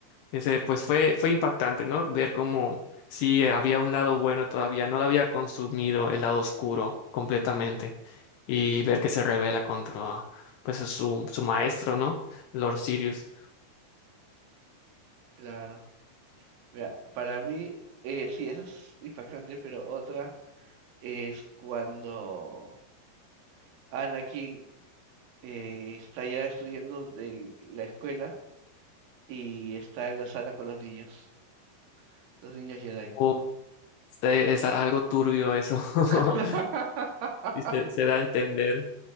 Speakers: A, on the left (about 75°); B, on the right (about 65°).
A: Ese, pues fue, fue impactante, ¿no? Ver cómo sí eh, había un lado bueno todavía, no lo había consumido el lado oscuro completamente y ver que se revela contra pues su, su maestro, ¿no? Lord Sirius.
B: Claro. Mira, para mí, eh, sí, eso es impactante, pero otra es cuando Anakin eh, está ya destruyendo del- la escuela y está en la sala con los niños, los niños Jedi.
A: Oh, este, es algo turbio eso. <laughs>
B: <laughs>
A: Y se, se da a entender,